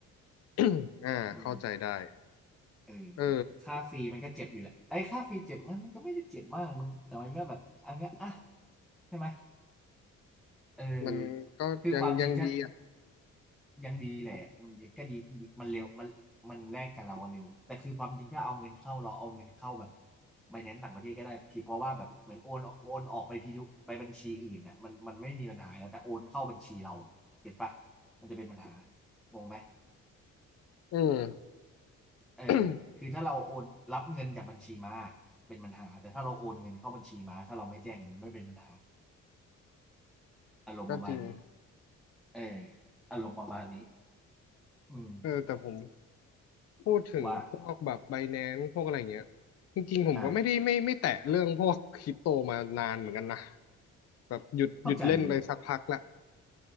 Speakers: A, on the left; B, in the centre.
A: <coughs> อ่าเข้าใจได้
B: อืมเออแต่ค่าฟรีมันก็เจ็บอยู่แหละไอ้ยค่าฟรีเจ็บไหมันมันก็ไม่ได้เจ็บมากมึงแต่มันก็แบบอันเงี้ยอ่ะ
A: เออ
B: ใช่ไหมเออ
A: มันก็ยังยังดีอ่ะ
B: คือความจริงชัด ยังดีแหละมันยังก็ดีดีมันเร็วมันมันแลกกับเราอะเร็วแต่คือความจริงถ้าเอาเงินเข้าเราเอาเงินเข้าแบบไบแนนซ์ต่างประเทศก็ได้พี่เพราะว่าแบบเหมือนโอนโอนออกไปพีทุไปบัญชีอื่นเนี่ยมันมันไม่มีปัญหาแล้วแต่โอนเข้าบัญชีเราอะเก็ตปะมันจะเป็นปัญหางงไหม
A: อืม
B: เออ
A: <coughs>
B: คือถ้าเราโอนรับเงินจากบัญชีมาเป็นปัญหาแต่ถ้าเราโอนเงินเข้าบัญชีมาถ้าเราไม่แจ้งมันไม่เป็นปัญหาอารมณ์ประมาณนี้
A: ก็จริง
B: เอออารมณ์ประมาณนี้อืม
A: เออแต่ผมพูดถึงพวกแบบไบแนน
B: ว่า
A: c e พวกอะไรเงี้ยจริงๆผมก็ไม่ได้ไม่ไม่แตะเรื่องพวกคริปโตมานานเหมือนกันนะ
B: อ่ะ
A: แบบหยุดหยุดเล่นไปสักพักละ
B: เข้าใจอยู่